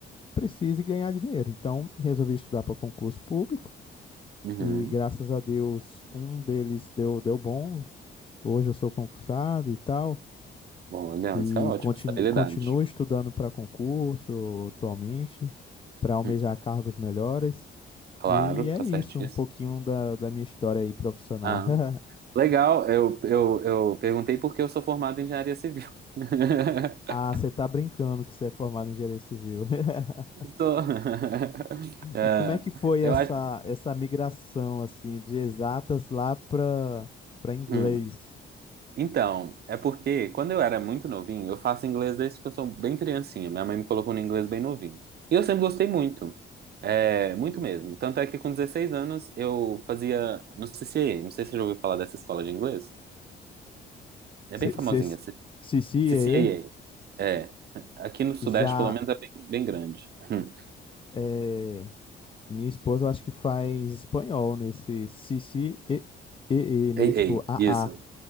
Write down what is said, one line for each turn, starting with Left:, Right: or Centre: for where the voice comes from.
Left: precise ganhar dinheiro. Então resolvi estudar para concurso público
Right: Uhum.
Left: e graças a Deus um deles deu deu bom. Hoje eu sou concursado e tal
Right: Bom, legal,
Left: e
Right: isso é ótimo.
Left: continuo,
Right: Estabilidade.
Left: continuo estudando para concurso atualmente para almejar
Right: Hum,
Left: cargos melhores.
Right: Claro,
Left: E é
Right: tá
Left: isso,
Right: certíssimo.
Left: um pouquinho da, da minha história aí profissional.
Right: Ah,
Left: <laughs>
Right: legal. Eu, eu, eu perguntei porque eu sou formado em engenharia civil. <laughs>
Left: Ah, você tá brincando que você é formado em engenharia civil. <laughs>
Right: Sou. <laughs> É,
Left: E como é que foi essa,
Right: eu acho
Left: essa migração assim de exatas lá para para inglês?
Right: Hum. Então, é porque quando eu era muito novinho, eu faço inglês desde que eu sou bem criancinha. Minha mãe me colocou no inglês bem novinho. E eu sempre gostei muito. É, muito mesmo. Tanto é que com 16 anos eu fazia no CCA. Não sei se você já ouviu falar dessa escola de inglês. É
Left: C
Right: bem famosinha, C-
Left: C
Right: CCAA.
Left: E
Right: É. Aqui no Sudeste,
Left: já
Right: pelo menos, é bem, bem grande. Hum.
Left: é, minha esposa eu acho que faz espanhol nesse C C E E né?
Right: Ei,
Left: Tipo
Right: ei.
Left: A
Right: Isso.
Left: A